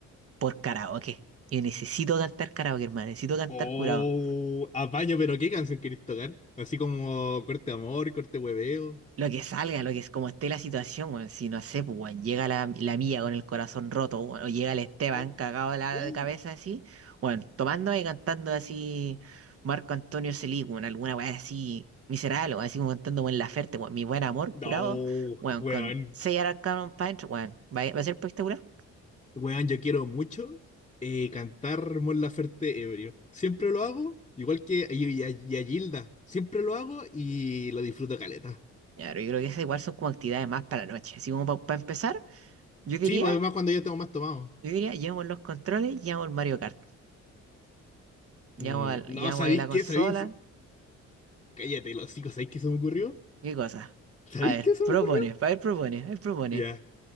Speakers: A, on the right; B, on the left.
A: por karaoke. Y necesito cantar karaoke, hermano, necesito cantar
B: Oh,
A: curado.
B: apaño, pero qué canción querés tocar. Así como corte amor, corte hueveo.
A: Lo que salga, lo que es como esté la situación, weón. Si no sé, pues, weón, llega la, la mía con el corazón roto, weón, o llega el Esteban
B: Oh,
A: cagado de la
B: oh.
A: cabeza así, bueno, tomando y cantando así Marco Antonio Selig, weón, alguna weá así miserable, weón, así como cantando Buen Laferte, weón, mi buen amor
B: No,
A: curado, bueno,
B: weón.
A: con seis arcanos para adentro, weón, va, a va a ser espectacular.
B: Weón, yo quiero mucho eh, cantar Mon Laferte ebrio. Siempre lo hago, igual que y, y a, y a Gilda. Siempre lo hago y lo disfruto caleta.
A: Ya, pero yo creo que esas igual son como actividades más para la noche. Así como para empezar, yo diría,
B: Sí, pues además cuando ya tengo más tomado.
A: yo diría, llevamos los controles, llevamos el Mario Kart, llevamos,
B: Mm,
A: al-
B: no,
A: llevamos
B: ¿sabéis
A: ahí la
B: qué?
A: consola.
B: ¿Sabéis? Cállate, los chicos, ¿sabéis qué se me ocurrió?
A: ¿Qué cosa?
B: ¿Sabéis
A: A ver,
B: qué se
A: propone,
B: me ocurrió?
A: a ver, propone, a ver, propone.
B: Ya,